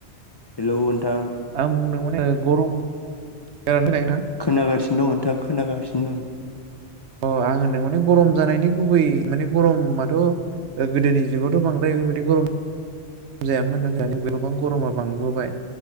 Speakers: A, on the left; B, on the right.
A: हेलौ नोंथां।
B: आं बुंदों गरम खोनादों ना खोनायाखै नोंथां?
A: खोनागासिनो दं नोंथां खोनागासिनो दं।
B: अ आं होनदों माने गरम जानायनि गुबै माने गरम माथ'। गोदोनि जुगावथ' बांद्राय बेफोरबायदि गरम जायामोननो दानि गोबां गरमा बांबोबाय